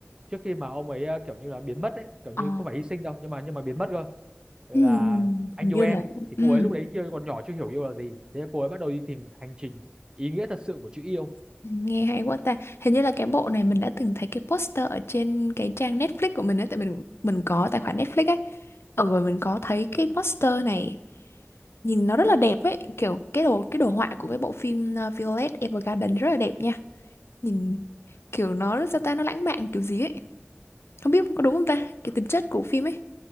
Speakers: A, on the right; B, on the left.
A: trước khi mà ông ấy ờ, kiểu như là biến mất ấy, kiểu
B: ờ,
A: như không phải hy sinh đâu nhưng mà nhưng mà biến mất cơ là
B: ừm,
A: anh
B: hình như
A: yêu em
B: là
A: thì
B: ừm,
A: cô ấy lúc đấy kia còn nhỏ chưa hiểu yêu là gì thế là cô ấy bắt đầu đi tìm hành trình ý nghĩa thật sự của chữ yêu
B: nghe hay quá ta. Hình như là cái bộ này mình đã từng thấy cái poster ở trên cái trang Netflix của mình á tại mình mình có tài khoản Netflix ấy. Ở rồi mình có thấy cái poster này nhìn nó rất là đẹp ấy, kiểu cái đồ cái đồ họa của cái bộ phim uh, Violet Evergarden rất là đẹp nha. Nhìn kiểu nó rất sao ta nó lãng mạn kiểu gì ấy. Không biết có đúng không ta? Cái tính chất của phim ấy,